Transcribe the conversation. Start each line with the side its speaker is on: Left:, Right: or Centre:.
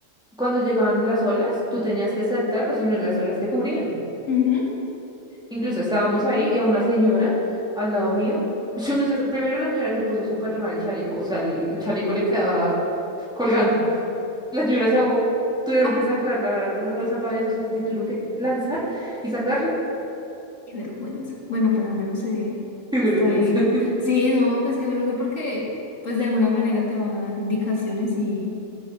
Centre: cuando llegaban las olas, tú tenías que saltar o si no las olas te cubrían.
Left: Ujú.
Centre: Incluso estábamos ahí y a una señora al lado mío, <laughs> yo no sé, primero la señora se puso súper mal el chaleco, o sea, el chaleco le quedaba colgando. La señora se ahogó. Tuvieron
Left: Ah,
Centre: que sacarla, los, los salvavidas, o sea, te- te tuvieron que lanzar y sacarla.
Left: qué vergüenza. Bueno, pero al menos eh,
Centre: Qué vergüenza.
Left: está vivita.
Centre: <laughs>
Left: Sí, no, pues qué vergüenza porque pues de alguna manera te van a dar indicaciones y,